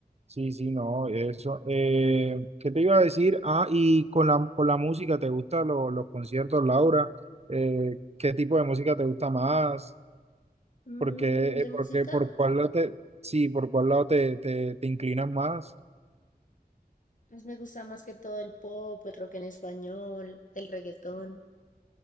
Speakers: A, on the right; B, on the left.
A: Sí, sí, no, eso. Eh, ¿qué te iba a decir? Ah, y con la, con la música, ¿te gustan lo- los conciertos, Laura? Eh, ¿qué tipo de música te gusta más?
B: Mm,
A: ¿Por qué,
B: de
A: eh, por
B: música,
A: qué- por cuál lado te, sí, por cuál lado te, te, te inclinas más?
B: pues me gusta más que todo el pop, el rock en español, el reggaetón.